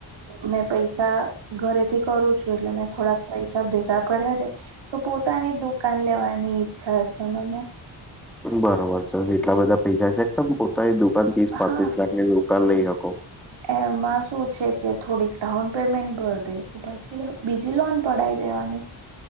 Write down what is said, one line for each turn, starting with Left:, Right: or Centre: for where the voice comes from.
Right: મેં પૈસા ઘરે થી કરું છું એટલે મેં થોડાક પૈસ ભેગા કર્યા છે. તો પોતાની દુકાન લેવાની ઈચ્છા છે, મને
Centre: બરોબર છે એટલા બધા પૈસા છે તમ પોતાની દુકાન ત્રીસ પાંત્રીસ
Right: હા.
Centre: લાખ ની દુ કાન લઈ હકો.
Right: એમાં શું છે કે થોડીક ડાઉન પેમેન્ટ ભર દઈશું પછી બીજી લોન પડાવ લેવાની